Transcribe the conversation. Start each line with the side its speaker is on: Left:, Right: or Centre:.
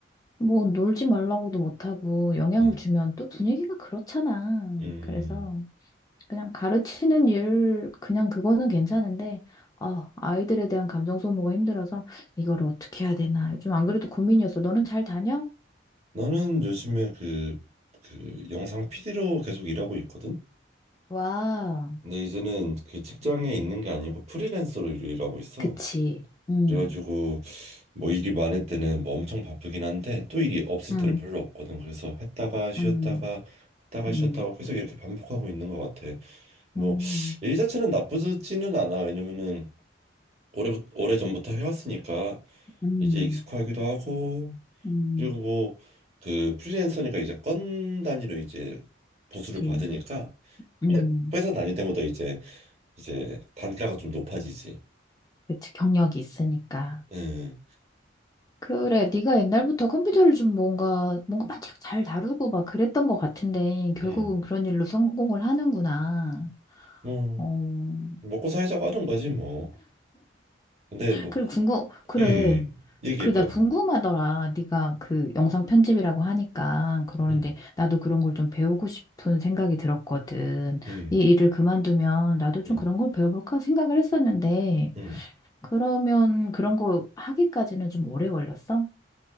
Left: 뭐 놀지 말라고도 못하고 영향을
Right: 음,
Left: 주면 또 분위기가 그렇잖아.
Right: 음,
Left: 그래서 그냥 가르치는 일, 그냥 그거는 괜찮은데, 아, 아이들에 대한 감정 소모가 힘들어서 이걸 어떻게 해야 되나. 좀 안 그래도 고민이었어. 너는 잘 다녀?
Right: 나는 요즘에 그, 그 영상 PD로 계속 일하고 있거든?
Left: 와.
Right: 근데 이제는 그 직장에 있는 게 아니고 프리랜서로 일- 일하고 있어.
Left: 그치. 음,
Right: 그래가지고 뭐 일이 많을 때는 뭐 엄청 바쁘긴 한데 또 일이 없을
Left: 음,
Right: 때는 별로 없거든. 그래서 했다가 쉬었다가
Left: 음,
Right: 했다가
Left: 음,
Right: 쉬었다가 계속 이렇게 반복하고 있는 것 같아. 뭐
Left: 음,
Right: 일 자체는 나쁘지는 않아. 왜냐면은 오래 오래 전부터 해왔으니까
Left: 음,
Right: 이제 익숙하기도 하고
Left: 음,
Right: 그리고 뭐 그 프리랜서니까 이제 건 단위로 이제 보수를
Left: 그치.
Right: 받으니까
Left: 음,
Right: 회사 다닐 때마다 이제 이제 단가가 좀 높아지지.
Left: 그치. 경력이 있으니까.
Right: 음,
Left: 그래, 네가 옛날부터 컴퓨터를 좀 뭔가, 뭔가 바짝 잘 다루고 막 그랬던 것 같은데, 결국은
Right: 음,
Left: 그런 일로 성공을 하는구나.
Right: 뭐
Left: 어,
Right: 먹고 살자고 하는 거지 뭐. 근데 뭐,
Left: 그래, 궁금, 그래.
Right: 음, 얘기해봐.
Left: 그, 나 궁금하더라. 네가 그 영상 편집이라고 하니까 그러는데
Right: 음,
Left: 나도 그런 걸 좀 배우고 싶은 생각이 들었거든.
Right: 음,
Left: 이 일을 그만두면 나도
Right: 음,
Left: 좀 그런 걸 배워볼까 생각을 했었는데
Right: 음.
Left: 그러면 그런 거 하기까지는 좀 오래 걸렸어?